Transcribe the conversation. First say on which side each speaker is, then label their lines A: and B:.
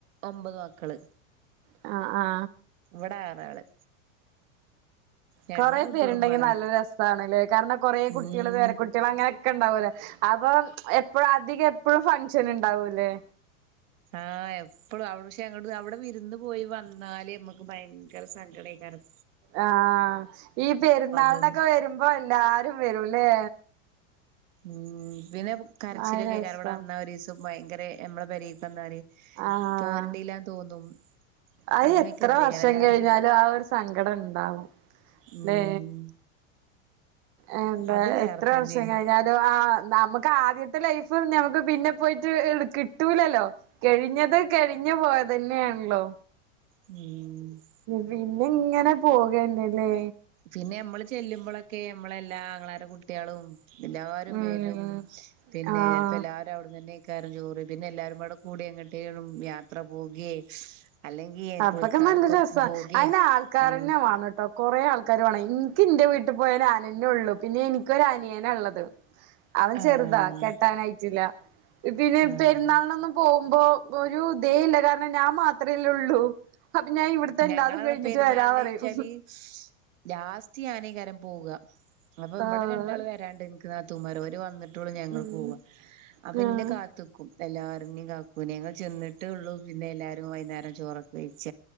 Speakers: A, on the right; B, on the right.
A: ഒമ്പത് മക്കൾ.
B: ആ, ആ.
A: ഇവിടെ ആറാള്. രണ്ടും
B: കൊറേ
A: കൂട്ടുകുടുംബാണ്
B: പേര്ണ്ടെങ്കി നല്ല രസാണല്ലേ? കാരണം കൊറേ
A: ഉം
B: കുട്ടിയള് പേരകുട്ടി കുട്ടികളൊക്കെ അങ്ങനെയൊക്കെണ്ടാവൂലേ? അപ്പോ എപ്പോയും അധിക എപ്പോയും ഫങ്ഷനുണ്ടാവൂലേ?
A: ആ, എപ്പളും. അവിടെ പക്ഷേ അവിടെ വിരുന്നും പോയി വന്നാല് നമ്മക്ക് ഭയങ്കര സങ്കടകേരം.
B: ആ,. ഈ പെരുന്നാളിനൊക്കെ
A: തോന്നും
B: വരുമ്പോ എല്ലാരും വരൂല്ലേ?
A: ഉം. പിന്നെ കരച്ചില
B: അത് രസാ
A: കേക്കരം ഇവിടെ വന്നാ ഒരു ദിവസം ഭയങ്കര നമ്മളെ പേരെക്കു വ ന്നാല്
B: ആഹ്
A: പോരണ്ടേല്ലാന്ന് തോന്നും.
B: അത്
A: അങ്ങനെയൊക്കെ
B: എത്ര
A: ഇതേക്കാരം
B: വർഷം
A: എല്ലാരും
B: കഴിഞ്ഞാലും ആ ഒരു സങ്കടം ഉണ്ടാവും
A: ഉം
B: ല്ലേ. എന്താ
A: അത് വേറെ
B: എത്ര
A: തന്നേണ്
B: വർഷം കഴിഞ്ഞാൽ ആ, നമ്മുക്ക് ക്ക് ആദ്യത്തെ ലൈഫ് ഞമക്ക് പിന്നെ പോയിട്ട് എടുക്ക് കിട്ട കിട്ടൂലല്ലോ, കഴിഞ്ഞത് കഴിഞ്ഞു പോയതന്നെയാണല്ലോ.
A: ഉം.
B: പിന്നെ ഇങ്ങനെ പോകന്നല്ലേ.
A: പിന്നെ ഇമ്മൾ ചെല്ലുമ്പോളൊക്കെ ഇമ്മ ളെ എല്ലാ ആങ്ങളരെ കുട്ടികളും എല്ലാരും
B: ഉം
A: വരും. പിന്നെ
B: ആഹ്
A: ചിലപ്പോ എല്ലാരും അവിടുന്നെന്നെ കാരം ചോറ്. പിന്നെ എല്ലാരും പടെ കൂടിങ്ങട്ടേലും യാത്ര പോകെ അല്ലെങ്കി
B: അപ്പൊക്കെ
A: കുളിക്കാനൊക്കെ
B: നല്ല രസ
A: ഒപ്പം പോകേ
B: അയിന് ആൾക്കാരന്നെ
A: ആഹ്
B: വേണംട്ടോ കുറെ ആൾക്കാർ വേണം. എനിക്ക് എന്റെ വീട്ടിൽ പോയ ഞാൻ ത ന്നെ ഉള്ളു. പിന്നെ എനിക്കൊര അനിയന ഉള്ളത്. അവൻ
A: ആഹ്
B: ചെറുതാ കെട്ടാനായിട്ടില്ല. പിന്നെ ഈ
A: ആഹ്
B: പെരുന്നാളിനൊന്നും പോകുമ്പോ ഒരു ദെയ് ഇല്ല. കാരണം ഞാൻ മാത്രേല്ലേ ഉള്ളൂ. അപ്പോ ഞാൻ ഇവിടത്തെ
A: ഞങ്ങളത്
B: എല്ലാതും കഴിഞ്ഞിട്ട്
A: പെരുന്നാളിന്
B: വരാ പറയും.
A: വെച്ചാല് ലാസ്റ്റ് ഞാനീകരം പോവുക. അപ്പോ ഇവിടെ
B: ആഹ്
A: രണ്ടാൾ വ രണ്ട് എ നിക്ക് നാത്തുന്മാര അവര് വന്നിട്ടുള്ളൂ. ഞങ്ങള്
B: ഉം
A: പോവാ. അപ്പോ ഇന്നെ
B: ആഹ്
A: കാത്ത്ക്കും. എല്ലാരും ഇന്നെയും കക്കൂനെയും ഞങ്ങൾ ചെന്നിട്ട് ഉള്ളൂ പിന്നെ എല്ലാരും വൈകുന്നേരം ചോറൊക്കെ വെയിച്ച.